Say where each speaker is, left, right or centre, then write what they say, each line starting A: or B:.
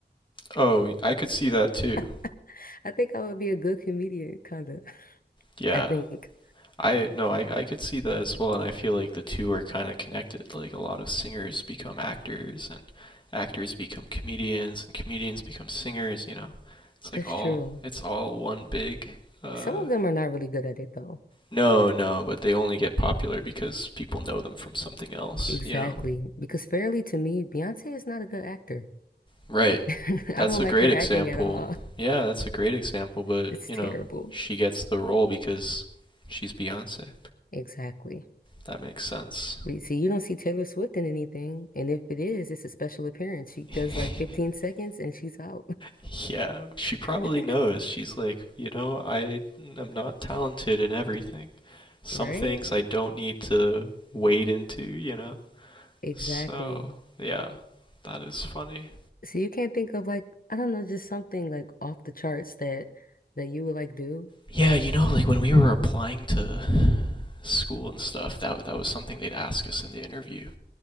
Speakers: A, on the left; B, on the left.
A: Oh, I could see that too.
B: <laughs> I think I would be a good comedian, kind of.
A: Yeah.
B: I think
A: I no, I I could see that as well and I feel like the two are kind of connected. Like a lot of singers become actors and actors become comedians and comedians become singers, you know. It's like
B: that's
A: all
B: true.
A: it's all one big uh
B: Some of them are not really good at it though.
A: No, no, but they only get popular because people know them from something else,
B: Exactly.
A: you know?
B: Because fairly to me, Beyonce is not a good actor.
A: Right.
B: <laughs>
A: That's
B: I don't
A: a
B: like
A: great
B: her
A: example.
B: acting at all.
A: Yeah, that's a great example, but,
B: It's
A: you
B: terrible.
A: know, she gets the role because she's Beyonce.
B: Exactly.
A: That makes sense.
B: But see, you don't see Taylor Swift in anything. And if it is, it's a special appearance. She does
A: <laughs>
B: like 15 seconds and she's out.
A: yeah, she probably
B: <laughs>
A: knows. She's like, you know, I am not talented in everything. Some
B: Right?
A: things I don't need to wade into, you know?
B: Exactly.
A: So, yeah, that is funny.
B: So you can't think of like, I don't know, just something like off the charts that that you would like do.
A: Yeah, you know, like when we were applying to school and stuff, that that was something they'd ask us in the interview.